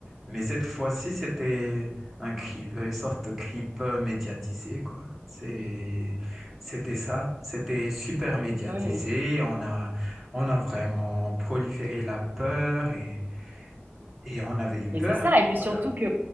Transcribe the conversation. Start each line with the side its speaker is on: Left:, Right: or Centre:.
Centre: mais cette fois-ci, c'était un grippe, une sorte de grippe médiatisée, quoi. C'est, c'était ça. C'était super médiatisé.
Right: Oui, oui.
Centre: On a, on a vraiment proliféré la peur et, et on avait eu peur.
Right: Mais c'est ça, et puis
Centre: Voilà,
Right: surtout que